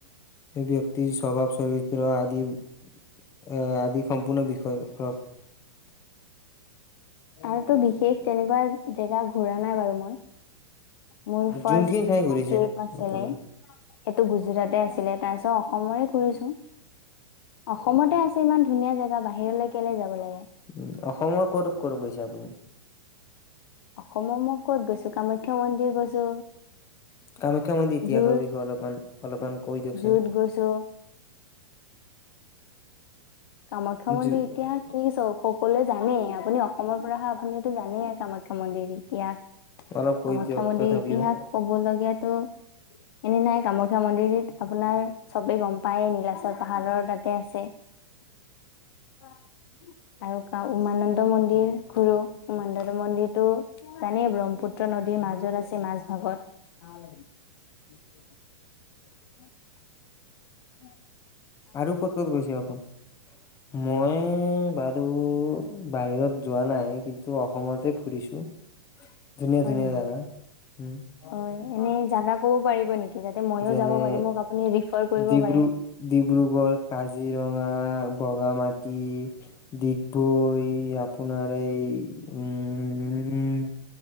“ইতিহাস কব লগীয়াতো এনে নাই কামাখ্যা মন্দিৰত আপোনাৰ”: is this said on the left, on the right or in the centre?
Left